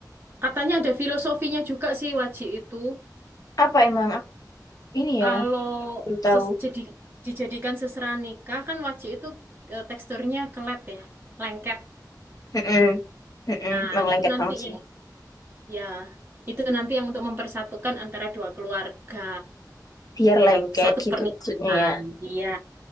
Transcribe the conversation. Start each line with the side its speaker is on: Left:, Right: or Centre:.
Right: Katanya ada filosofinya juga sih wajik itu.
Left: Apa emang aku ini
Right: Kalau
Left: ya, baru tahu.
Right: ses- jadi dijadikan seserahan nikah kan wajik itu eh, teksturnya kelet ya, lengket.
Left: Mm-mm. Mm-mm.
Right: Nah,
Left: Emang lengket
Right: itu nanti
Left: banget sih.
Right: yang ya, itu nanti yang untuk mempersatukan antara dua keluarga.
Left: biar
Right: dalam
Left: lengket
Right: suatu
Left: gitu
Right: pernikahan.
Left: maksudnya ya.
Right: Iya,